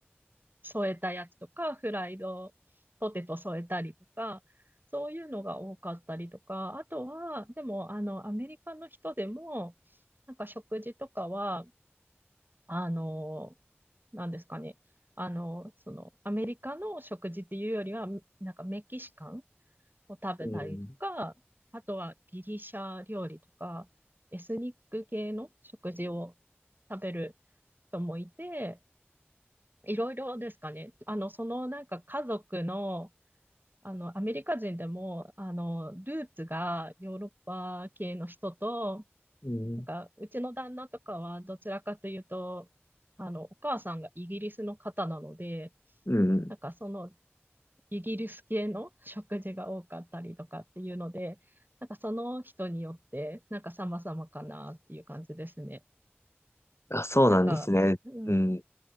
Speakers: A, on the right; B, on the left.
A: 添えたやつとか、フライドポテト添えたりとか、そういうのが多かったりとか、あとは、でも、あの、アメリカの人でも、なんか食事とかは、あの、なんですかね、あの、その、アメリカの食事っていうよりは、なんかメキシカンを食べたりとか、
B: うん、
A: あとはギリシャ料理とか、エスニック系の食事を食べる人もいて、いろいろですかね。あの、そのなんか家族の、あの、アメリカ人でも、あの、ルーツがヨーロッパ系の人と、
B: うん、
A: なんか、うちの旦那とかはどちらかというと、あの、お母さんがイギリスの方なので、
B: うん。
A: なんかそのイギリス系の食事が多かったりとかっていうので、なんかその人によって、なんか様々かなっていう感じですね。
B: あ、そうなんですね。
A: なんか、うん、
B: うん。い